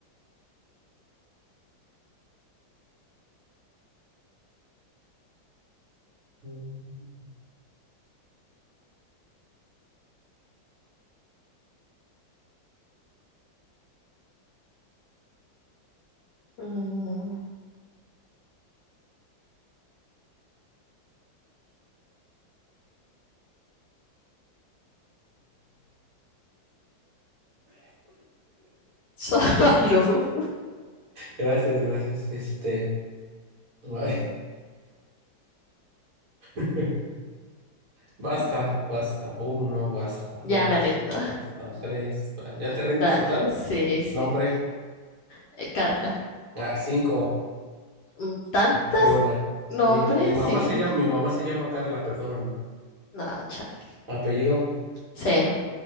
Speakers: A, on the right; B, on the left.
A: <laughs>
B: Mm, <laughs> salud.
A: Gracias, gracias. Este, ay, <laughs> basta, basta. Uno, basta.
B: Ya
A: Dos,
B: me rindo.
A: basta. Tres. ¿Ya te rindes
B: Dale,
A: total?
B: sí, sí.
A: Nombre.
B: Eh, Carla.
A: Ah, cinco.
B: Mm, Tantas
A: Piona.
B: nombres
A: Mi, mi mamá
B: y.
A: se llama, mi mamá se llama Carla, perdóname.
B: No, chale.
A: Apellido,
B: Cero.